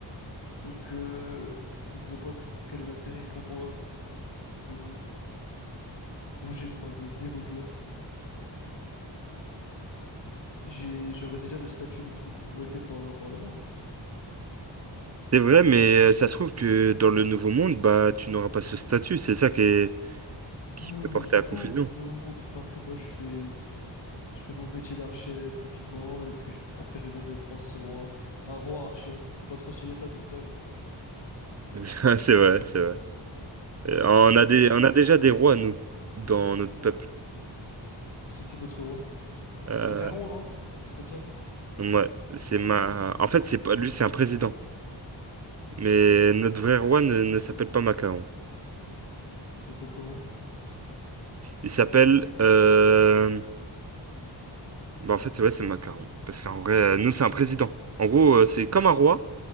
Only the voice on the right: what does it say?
C'est
vrai,
mais
euh, ça se trouve que dans le Nouveau Monde, bah, tu n'auras pas ce statut. C'est ça qui est- qui
peut
porter
à
confusion.
<laughs> Ah, C'est vrai, c'est vrai. Euh, On a des,
on a déjà des rois, nous, dans notre peuple.
Euh,
ouais, c'est ma... En fait, c'est pas... lui, c'est un président. Mais notre vrai roi ne, ne s'appelle pas Macaron.
Il s'appelle... euh, Bah, en fait, c'est vrai, c'est Macaron. Parce qu'en vrai, euh, nous, c'est un président. En gros, euh, c'est comme un roi,